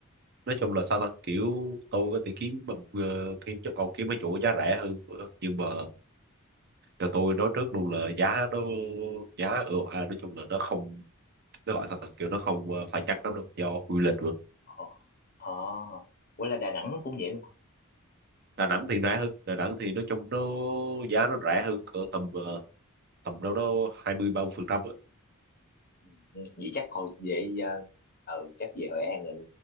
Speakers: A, on the right (about 50°); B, on the left (about 45°).
A: nói chung là sao ta kiểu tôi có thể kiếm bằng ờ, kiếm chỗ còn kiếm mấy chỗ giá rẻ hơn ờ, nhưng mà cho tôi nói trước luôn là giá nó giá ở à, nói chung là nó không nó gọi sao ta kiểu nó không ờ, phải chắc lắm đâu do quy lịch rồi
B: ồ oh, quên là Đà Nẵng nó cũng vậy luôn hả
A: Đà Nẵng thì rẻ hơn Đà Nẵng thì nói chung nó
B: đó nó
A: giá nó rẻ
B: Ờ,
A: hơn cỡ tầm ờ, tầm đâu đó hai mươi ba mươi phần trăm
B: ừ. ừ, vậy chắc hồi vậy uh, ừ chắc về Hội An rồi